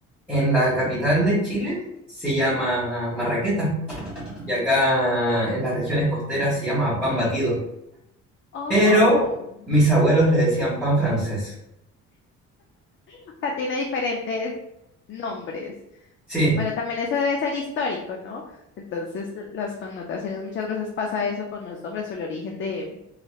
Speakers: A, in the centre; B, on the left.
A: en la capital de Chile se llama marraqueta y acá en las regiones costeras se llama pan batido.
B: Oh,
A: Pero mis abuelos le decían pan francés.
B: o sea, tiene diferentes nombres.
A: Sí,
B: Bueno, también eso debe ser histórico, ¿no? Entonces, l- las connotaciones muchas veces pasa eso con los nombres o el origen de,